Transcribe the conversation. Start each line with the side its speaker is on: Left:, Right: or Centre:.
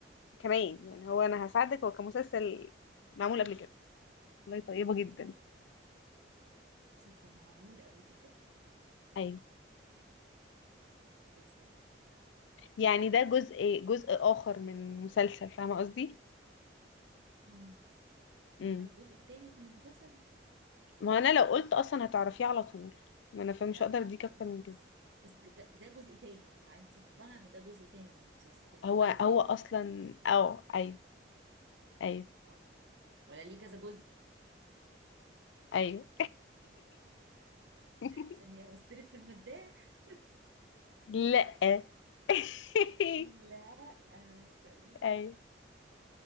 Left: كمان يعني هو انا هساعدك هو كان مسلسل معمول قبل كده والله طيبة جدا
Right: مسلسل كان معمول قبل كده
Left: ايوه
Right: إيه ده ازاي يعني؟
Left: يعني ده جزء جزء اخر من مسلسل فاهمة قصدي؟
Right: امم
Left: مم.
Right: ده كان الجزء التاني من المسلسل
Left: ما انا
Right: ايه ده
Left: لو قلت اصلا هتعرفيه على طول ما انا فمش
Right: لا
Left: هقدر
Right: لا
Left: اديك اكتر
Right: خلاص
Left: من كده
Right: بس ده, ده جزء تاني يعني انت مقتنعة ان ده جزء تاني من المسلسل كان في
Left: هو
Right: رمضان
Left: هو
Right: اللي فات
Left: اصلا اه ايوه ايوه
Right: اه ولا ليه كذا جزء
Left: ايوه <laughs>
Right: ثانية وسترت في المداح
Left: لا <laughs>
Right: لا آه، فقلت
Left: ايوه